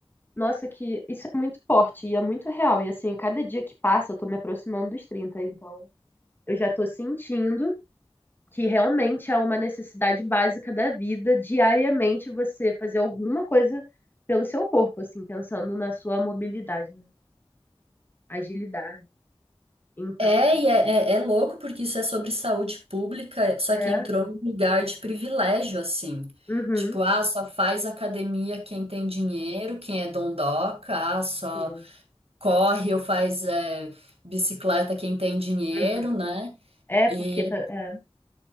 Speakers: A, on the left; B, on the right.
A: Nossa, que isso é muito forte e é muito real. E assim, a cada dia que passa, eu tô me aproximando dos 30, então eu já tô sentindo. que realmente é uma necessidade básica da vida, diariamente você fazer alguma coisa pelo seu corpo, assim, pensando na sua mobilidade, né? Agilidade. Então,
B: É, e é, é, é louco porque isso é sobre saúde pública, só
A: é.
B: que entrou num lugar de privilégio, assim.
A: Uhum.
B: Tipo, ah, só faz academia quem tem dinheiro, quem é dondoca, ah, só
A: Sim.
B: corre ou faz é, bicicleta quem tem dinheiro,
A: Uhum.
B: né?
A: É,
B: E
A: porque. tá- É.